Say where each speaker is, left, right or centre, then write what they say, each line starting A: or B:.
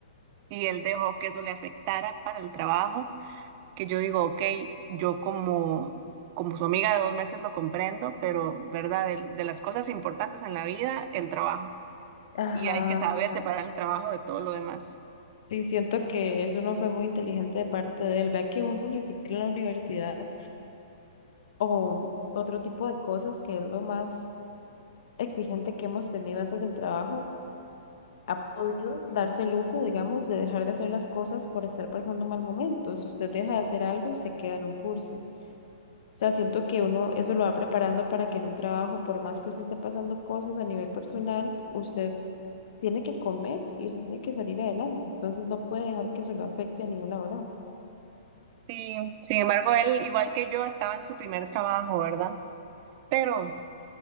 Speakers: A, on the right; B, on the left.
A: y él dejó que eso le afectara para el trabajo, que yo digo, ok, yo como... Como su amiga de dos meses lo comprendo, pero, ¿verdad? de de las cosas importantes en la vida, el trabajo
B: Ajá,
A: y hay que saber
B: exacto.
A: separar el trabajo de todo lo demás.
B: sí, siento que eso no fue muy inteligente de parte de él. Vea que uno ni siquiera en la universidad o otro tipo de cosas que es lo más exigente que hemos tenido antes del trabajo. ha podido darse el lujo, digamos, de dejar de hacer las cosas por estar pasando un mal momento. Si usted deja de hacer algo, se queda en un curso. O sea, siento que uno eso lo va preparando para que en un trabajo, por más que usted esté pasando cosas a nivel personal, usted tiene que comer y usted tiene que salir adelante. Entonces no puede dejar que eso lo afecte a nivel laboral.
A: Sí, sin embargo, él, igual que yo, estaba en su primer trabajo, ¿verdad? Pero